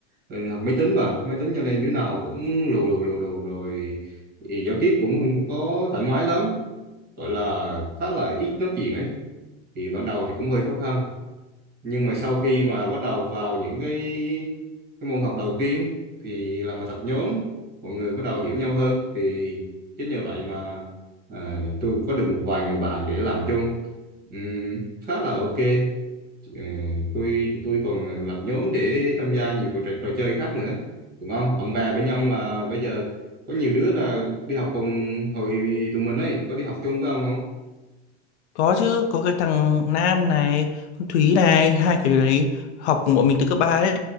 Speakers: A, on the right; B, on the left.
A: là học máy tính mà máy tính cho nên đứa nào cũng lù lù lù lù rồi thì giao tiếp cũng không có thoải mái lắm gọi là khá là ít nói chuyện ấy thì ban đầu thì cũng hơi khó khăn nhưng mà sau khi mà bắt đầu vào những cái cái môn học đầu tiên thì làm bài tập nhóm mọi người bắt đầu hiểu nhau hơn thì chính nhờ vậy mà à, tôi cũng có được một vài người bạn để làm chung Ừm, khá là ok Ừ, tôi tụi tôi còn lập nhóm để tham gia nhiều cái trò, trò chơi khác nữa đúng không bạn bè bên nhau là bây giờ có nhiều đứa là đi học cùng hồi tụi mình ấy có đi học chung với ông không
B: Có chứ, có cái thằng Nam này, con Thúy này, hai cái đứa đấy học cùng bọn mình từ cấp 3 ấy.